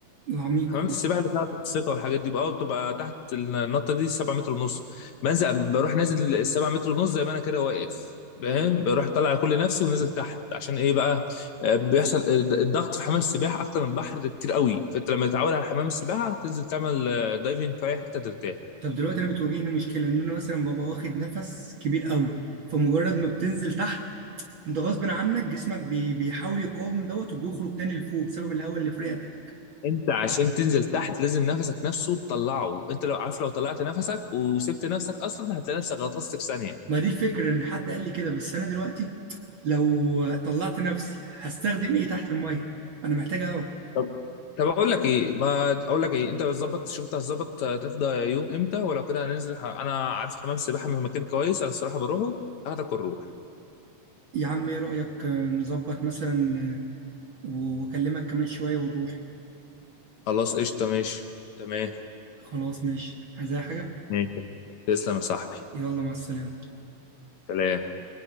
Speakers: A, on the right; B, on the left.
A: العميق
B: حمامات
A: اه
B: السباحه اللي فيها الثقه والحاجات دي بقى بتبقى تحت النطه دي 7 متر ونص بنزل بروح نازل ال 7 متر ونص زي ما انا كده واقف فاهم بروح طالع كل نفسي ونازل تحت عشان ايه بقى آه، بيحصل الضغط في حمام السباحه اكتر من البحر ده كتير قوي فانت لما تتعود على حمام السباحه تنزل تعمل آه، دايفنج في اي حته ترتاح
A: طب دلوقتي انا بتواجهني مشكله ان انا مثلا ببقى واخد نفس كبير قوي فمجرد ما بتنزل تحت انت غصب عنك جسمك بي- بيحاول يقاوم دوت وبيخرج تاني لفوق بسبب الهواء اللي في رئتك
B: انت عشان تنزل تحت لازم نفسك نفسه تطلعه انت لو عارف لو طلعت نفسك وسبت نفسك اصلا هتلاقي نفسك غطست في ثانيه
A: ما دي الفكرة ان حد قال لي كده بس انا دلوقتي لو طلعت نفسي هستخدم ايه تحت المية انا محتاج هوا
B: طب طب اقول لك ايه ما اقول لك ايه انت بتظبط شوف انت هتظبط آه، تفضى يوم امتى ولو كده هننزل ح- انا عارف حمام سباحه من مكان كويس انا الصراحه بروحه هاخدك ونروح
A: يا عم ايه رأيك آه، نظبط مثلا آه، و- واكلمك كمان شوية ونروح
B: خلاص قشطه ماشي تمام
A: خلاص ماشي عايز اي حاجة
B: ماشي تسلم يا صاحبي
A: يلا مع السلامة
B: سلام